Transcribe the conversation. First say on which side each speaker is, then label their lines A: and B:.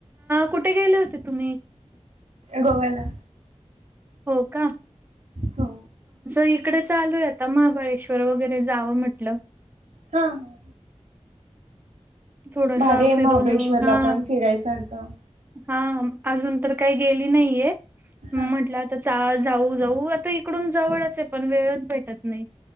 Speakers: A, on the right; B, on the right.
A: कुठे गेले होते तुम्ही
B: गोव्याला
A: हो काम
B: हो
A: इकडे चालू आहे आता महाबळेश्वर वगैरे जावं म्हटलं
B: हा हा
A: थोडासा
B: भारी आहे
A: फिरून
B: महाबळेश्वरला
A: येऊ हा
B: पण फिरायसारखं
A: हा अजून तर काही गेली नाहीये
B: हा
A: म्हटलंता जा जाऊ जाऊ आता इकडून जवळच आहे पण वेळच भेटत नाही